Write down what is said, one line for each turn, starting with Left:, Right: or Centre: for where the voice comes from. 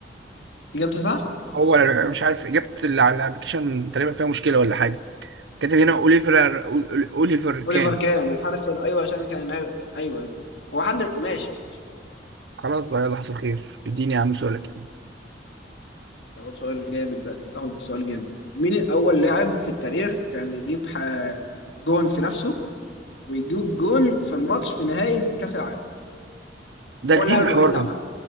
Left: إجابته صح؟
Right: هو مش عارف اجابه اللي على الابلكيشن تقريبا فيها مشكله ولا حاجه كاتب هنا اوليفر أول- أول- اوليفر كان
Left: أوليفر كان الحارس ال- أيوه عشان كان نايم. أيوه أيوه هو حد ماشي ماشي
Right: خلاص بقى يلا حصل خير اديني يا عم سؤالك يعني
Left: تاخد سؤال جامد بقى تاخد سؤال جامد مين أول لاعب في التاريخ كان يجيب ح... جون في نفسه ويجيب جون في الماتش في نهاية كأس العالم
Right: ده
Left: هو اللاعب
Right: جديد الحوار
Left: الوحيد اللي
Right: ده
Left: عملها